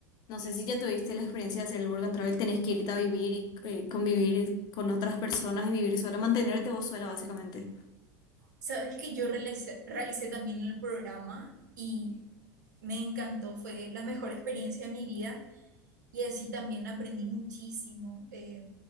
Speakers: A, on the left (about 45°); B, on the right (about 75°).
A: no sé si ya tuviste la experiencia de hacer el Work and Travel, tenés que irte a vivir y eh, convivir con otras personas y vivir sola, mantenerte vos sola básicamente.
B: Sabes que yo realicé, realicé también el programa y me encantó, fue la mejor experiencia de mi vida. Y así también aprendí muchísimo. Eh,